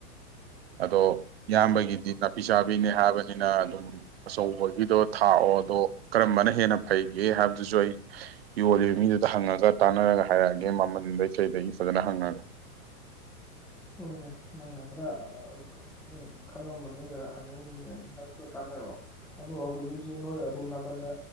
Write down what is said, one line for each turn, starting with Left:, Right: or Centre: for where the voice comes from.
Right: ꯑꯗꯣ ꯏꯌꯥꯝꯕꯒꯤꯗꯤ ꯅꯥꯄꯤ ꯆꯥꯕꯤꯅꯦ ꯍꯥꯏꯕꯅꯤꯅ ꯑꯗꯨꯝ ꯑꯆꯧꯕꯒꯤꯗꯣ ꯊꯥꯛꯑꯣ ꯑꯗꯣ ꯀꯔꯝꯕꯅ ꯍꯦꯟꯅ ꯐꯩꯒꯦ ꯍꯥꯏꯕꯗꯨꯁꯨ ꯑꯩ ꯌꯣꯜꯂꯤꯕ ꯃꯤꯗꯨꯗ ꯍꯪꯉꯒ ꯇꯥꯟꯅꯔꯒ ꯍꯥꯏꯔꯛꯑꯒꯦ ꯃꯃꯟꯗꯩ ꯀꯩꯗꯒꯤ ꯐꯖꯅ ꯍꯪꯉꯒ
Centre: ꯍꯣꯏꯅꯦ ꯅꯪꯅ ꯈꯔ ꯑꯥ ꯎꯝ ꯈꯪꯉꯝꯕꯅꯤꯅ ꯍꯪꯉꯛꯏꯅꯤꯅꯦ ꯅꯪ ꯈꯔ ꯇꯥꯟꯅꯔꯑꯣ ꯑꯗꯣ ꯍꯧꯖꯤꯛ ꯍꯧꯖꯤꯛ ꯅꯣꯏ ꯑꯗꯣꯝ ꯅ ꯋꯥꯈꯟꯗ